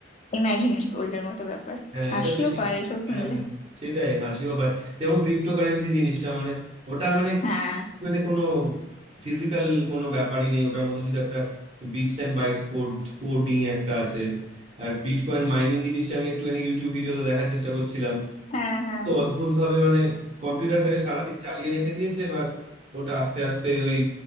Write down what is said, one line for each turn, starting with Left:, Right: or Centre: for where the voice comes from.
Left: ইমাজিন গোল্ডের মতো ব্যাপার
Right: হ্যাঁ
Left: হাসিও
Right: এটা বেশ
Left: পায় এসব শুনলে
Right: হ্যাঁ, সেটাই হাসিও পায় যেমন ক্রিপ্টোকারেন্সি জিনিসটা মানে ওটা মানে
Left: হ্যাঁ
Right: মানে কোনো ফিজিক্যাল কোনো ব্যাপারই নেই ওটার মধ্যে শুধু একটা bits and bytes code coding একটা আছে আর বিটকয়েন মাইনিং জিনিসটা আমি একটুখানি ইউটিউব ভিডিওতে দেখার চেষ্টা করছিলাম
Left: হ্যাঁ হ্যাঁ
Right: তো অদ্ভুত ভাবে মানে কম্পিউটারটাকে সারাদিন চালিয়ে রেখে দিয়েছে এবার ওটা আস্তে আস্তে ওই